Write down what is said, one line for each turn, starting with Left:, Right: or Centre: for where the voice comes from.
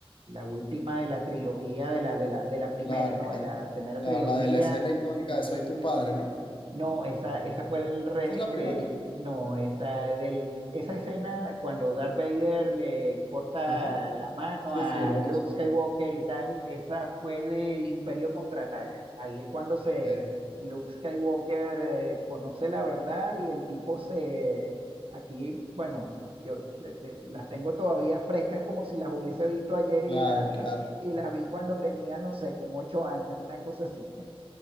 Right: la última de la trilogía, de la, de la, de la primera,
Left: Claro,
Right: ¿no?
Left: claro.
Right: De la primera
Left: La,
Right: trilogía
Left: la de la escena icónica de Soy tu padre, ¿no?
Right: no, esa, esa fue el, re-
Left: Esa es la primera.
Right: el no, esa, del- esa escena cuando Darth Vader le corta
Left: Ajá.
Right: la mano
Left: Sí,
Right: a
Left: sí, el brazo.
Right: Luke Skywalker y tal, esa fue del Imperio Contraataca. Ahí es cuando se
Left: Ok.
Right: Luke Skywalker eh, conoce la verdad y el tipo se, aquí, bueno, yo le- le- las tengo todavía frescas como si las hubiese visto ayer y,
Left: Claro,
Right: la,
Left: claro.
Right: <laughs> y las vi cuando tenía, no sé, como ocho años, una cosa así.